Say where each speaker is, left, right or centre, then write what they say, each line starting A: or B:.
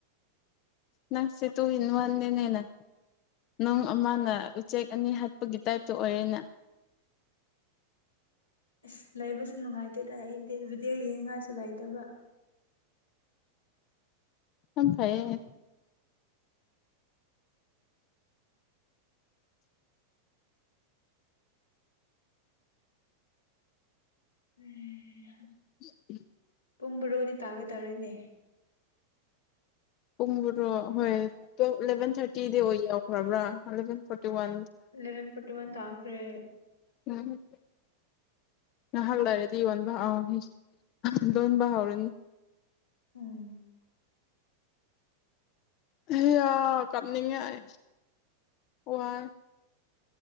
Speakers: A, on the left; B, on the left.
A: ꯅꯪꯁꯤ ꯇꯨ ꯏꯟꯋꯥꯟꯅꯦꯅ ꯅꯪ ꯑꯃꯅ ꯎꯆꯦꯛ ꯑꯅꯤ ꯍꯥꯠꯄꯒꯤ ꯇꯥꯏꯞꯇ ꯑꯣꯏꯔꯦꯅ
B: ꯑꯁ ꯂꯩꯕꯁꯨ ꯅꯨꯡꯉꯥꯏꯇꯦꯗ ꯑꯩꯗꯤ ꯚꯤꯗꯤꯑꯣ ꯌꯦꯡꯅꯤꯡꯉꯥꯏꯁꯨ ꯂꯩꯇꯕ
A: ꯌꯥꯝ ꯐꯌꯦ
B: <unintelligible>
A: <unintelligible>
B: ꯄꯨꯡ ꯕꯔꯣꯗꯤ ꯇꯥꯒꯗꯧꯔꯤꯅꯦ
A: ꯄꯨꯡ ꯕꯔꯣ ꯍꯣꯏ ꯇꯨ ꯑꯦꯂꯚꯦꯟ ꯊꯥꯔꯇꯤꯗꯤ ꯑꯣꯏ ꯌꯥꯎꯈ꯭ꯔꯕ꯭ꯔꯥ eleven forty one
B: eleven forty one ꯇꯥꯈ꯭ꯔꯦ
A: <unintelligible> ꯉꯍꯥꯛ ꯂꯩꯔꯗꯤ <unintelligible> ꯂꯣꯟꯕ ꯍꯥꯎꯔꯅꯤ
B: ꯎꯝ
A: ꯍꯌꯥ ꯀꯞꯅꯤꯡꯉꯦ ꯑꯩ ꯋꯥꯑꯌꯦ